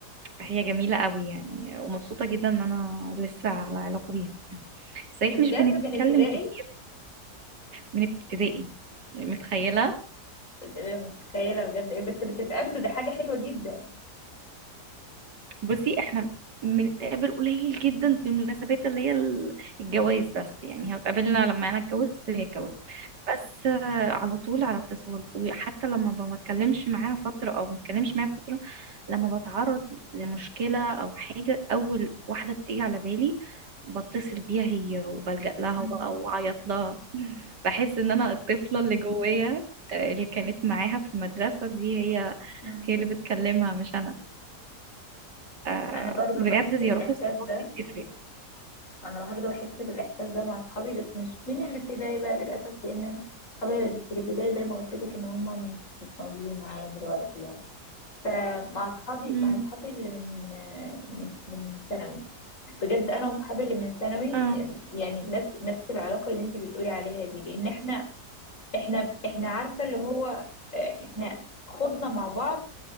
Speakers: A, on the right; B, on the left.
A: هي جميلة قوي يعني ومبسوطة جدا ان انا لسه على علاقة بيها صحيح
B: بجد
A: مش بنتكلم
B: من ابتدائي
A: كتير من ابتدائي متخيلة
B: بتبقى متخيله بجد إيه، بس بتتقابلوا ده حاجه حلوه جدا
A: بصي احنا بنتقابل قليل جدا في المناسبات اللي هي ال- الجواز بس يعني هتقابلنا
B: مم.
A: لما انا اتجوزت وهي اتجوزت بس آه، على طول على اتصال وحتى لما ما بتكلمش معاها فترة او ما بتكلمش معاها فترة لما بتعرض لمشكلة او حاجة اول واحدة بتيجي على بالي بتصل بيها هي وبلجأ لها
B: مم.
A: وبقى واعيط لها <laughs> بحس ان انا الطفلة اللي جوايا آه، اللي كانت معاها في المدرسة دي هي
B: مم.
A: هي اللي بتكلمها مش انا آه
B: انا برضو
A: بجد
B: بحس
A: زيارات
B: بالاحساس
A: الصحاب
B: ده
A: دي بتفرق
B: انا برضو بحس بالاحساس ده مع اصحابي بس مش من الابتدائي بقى للاسف لان اصحابي اللي في الابتدائي زي ما قلت لك ان هم مش مش موجودين معايا دلوقتي يعني مع اصحابي
A: امم
B: مع اصحابي اللي من من من ثانوي بجد انا واصحابي اللي من ثانوي
A: اه
B: يعني نفس نفس العلاقه اللي انت بتقولي عليها دي لان احنا احنا احنا عارفه اللي هو احنا خضنا مع بعض